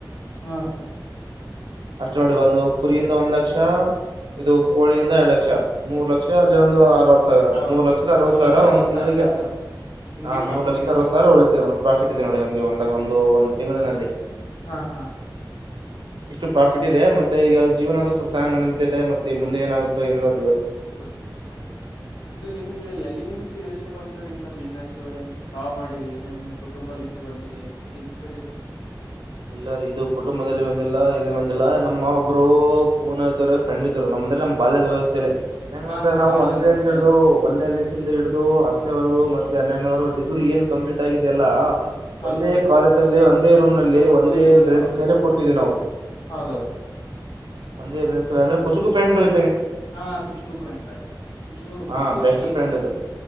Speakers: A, on the left; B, on the right.
A: ಹಾ ಸರ್.
B: ಅಷ್ಟ ನೋಡಿ ಒಂದು ಕುರಿಯಿಂದ ಒಂದ್ ಲಕ್ಷ ಇದು ಕೋಳಿಯಿಂದ ಎರಡ್ ಲಕ್ಷ ಮೂರ್ ಲಕ್ಷ ಅಲ್ಲಿ ಒಂದು ಅರವತ್ ಸಾವಿರ
A: ಅರವತ್ತು
B: ಮೂರ್ ಲಕ್ಷದ ಅರವತ್
A: ಮೂರ್
B: ಸಾವಿರ
A: ಲಕ್ಷ
B: ಒಂದ್
A: ಅರವತ್
B: ತಿಂಗ್ಗಳಿಗೆ
A: ಸಾವಿರ ಸರ್ ನಿಮ್ಗೆ
B: ಹಾ
A: ಪ್ರಾಫಿಟ್
B: ಮೂರ್ ಲಕ್ಷ
A: ಇದೆ
B: ಅರವತ್ತು
A: ಸರ್
B: ಸಾವಿರ ಉಳಿತೇವ್. ಪ್ರಾಫಿಟ್ ಇದೆ ನೋಡಿ ನಮ್ಗೆ ಒಂದ್ ಒಂದು ಒಂದ್ ತಿಂಗಳಿನಲ್ಲಿ.
A: ಹಾ ಹಾ
B: ಇಷ್ಟು ಪ್ರಾಫಿಟ್ ಇದೆ ಮತ್ತೆ ಈಗ ಜೀವನ ಅದು ಸ್ವಲ್ ನಡೆತ ಇದೆ ಮತ್ತೆ ಮುಂದೆ ಏನಾಗುತ್ತೋ ಏನ.
A: ಗೊತ್ತಿಲ್ಲ ಹೌದೌದು ಇದು ನಿಮ್ಗೆ ಎಲ್ಲಿ ನಿನ್. ಯೋಚನೆ ಬಂದ್ ಸರ್ ಇಂತ ಬಿಸ್ನೆಸ್ ಏನ್ ತಾಾವ್ ಮಾಡಿರಿ ನಿಮ ಕುಟುಂಬದಲ್ಲಿಂತೆ ಬಂದಿದೆ ಏನ್ ಸರ್ ಇದು. ಹ
B: ಇಲ್ಲ ರೀ ಇದು ಕುಟುಂಬದಲ್ಲಿ ಬಂದಿಲ್ಲ ಇಲ್ಲಿ ಬಂದಿಲ್ಲ ನಮ್ಮ ಒಬ್ರು ಪುಣೆ ಇದಾರೆ ಫ್ರೆಂಡ್ ಇದ್ರು ನಮ್ಮ್. ಅಂದ್ರೆ ನಮ್ ಬಾಲ್ದ ವ್ಯವಸ್ಥೆಲಿ ಹೆಂಗಂತ್ರ
A: ಹಾ ಹಾ
B: ನಾವು
A: ಬಾಲ್ಯದ
B: ಒಂದೆಂತ
A: ಸ್ನೇಹಿತರು
B: ಹಿಡ್ದು ಒಂದೆಲ್ಲಿಸಿಂದ ಹಿಡ್ದು ಹ. ಹನೆವರೆಗ ಮತ್ತೆ ಹನ್ನೆಡನವರೆಗ ಡಿಗ್ರಿ ಏನ್ ಕಂಪ್ಲೀಟ್ ಆಗಿದೆೆಯಲ್ಲ.
A: ಹೌದ
B: ಒಂದೇ
A: ಹೌದು ಸರ್
B: ಕಾಲೇಜ್ ನಲ್ಲಿ ಒಂದೇ ರೂಮ್ ನಲ್ಲಿ. ಅಲ್ಲಿ
A: ಸ್ಕೂಲ್
B: ಒಂದೇ
A: ಅಲ್ಲಿ
B: ಬ್ರಂಚ್
A: ಹೌದೌದು
B: ಮೇಲೆ ಕೊಡ್ತಿದ್ದವಿ ನಾವು.
A: ಹೌದೌದು
B: ಒಂದೇ ಬ್ರೆಂಚ್ ಕುಚುಕು ಫ್ರೆಂಡ್ಗಳು
A: ಹಾ ಕುಚ್ಚು ಕುಪುರ ರ ಕು ಕುಚ್ಚಗೂನ
B: ಹಾ ಬೆಸ್ಟ್ ಫ್ರೆಂಡ್
A: ತರು
B: ಇದು